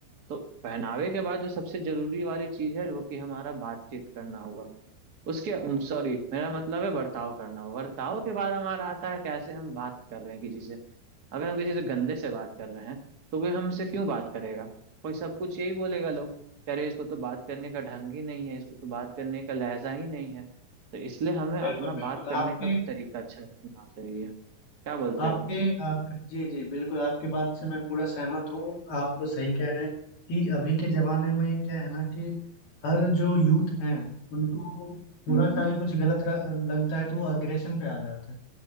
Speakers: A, on the right; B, on the left.
A: तो पहनावे के बाद जो सबसे जरूरी वाली चीज है वो कि हमारा बातचीत करना हुआ उसके सॉरी मेरा मतलब है बर्ताव करना बर्ताव के बाद हमारा आता है कैसे हम बात कर रहे हैं किसी से अगर हम किसी से गंदे से बात कर रहे हैं तो कोई हमसे क्यों बात करेगा कोई सब कुछ यही बोलेगा लोग कि अरे इसको तो बात करने का ढंग ही नहीं है इसको तो बात करने का लहजा ही नहीं है तो इसलिए हमें
B: बिल्कुल
A: अपना
B: बिल्कुल
A: बात करने
B: आपके
A: का भी तरीका अच्छा रखना चाहिए क्या बोलते
B: आपके
A: हो
B: आप जी जी बिल्कुल आपके बात से मैं पूरा सहमत हूँ आप सही कह रहे हैं कि अभी के जमाने में क्या है ना कि हर जो यूथ हैं उनको थोड़ा
A: हम्म
B: सा
A: हम्म,
B: भी कुछ गलत र- लगता है तो वो अग्रेशन पे आ जाते हैं